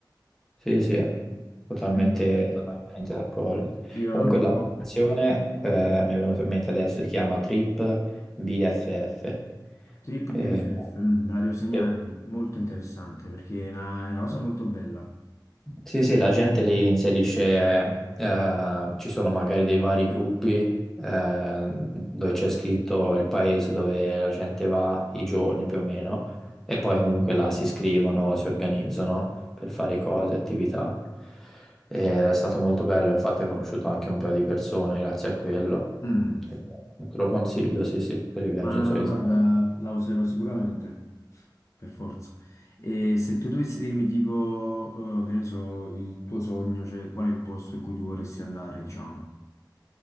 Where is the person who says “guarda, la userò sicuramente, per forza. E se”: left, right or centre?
Left